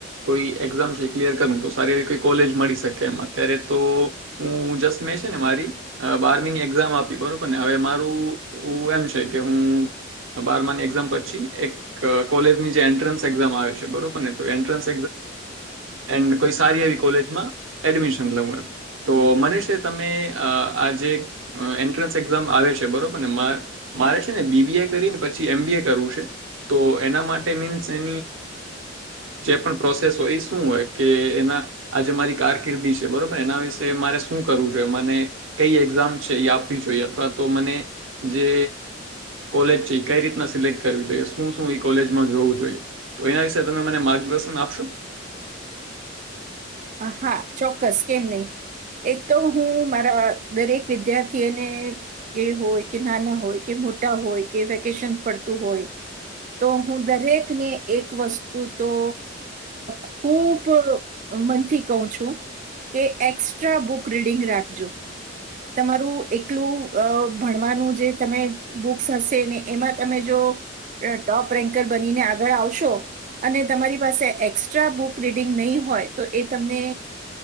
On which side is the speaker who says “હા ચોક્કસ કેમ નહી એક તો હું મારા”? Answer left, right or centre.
Right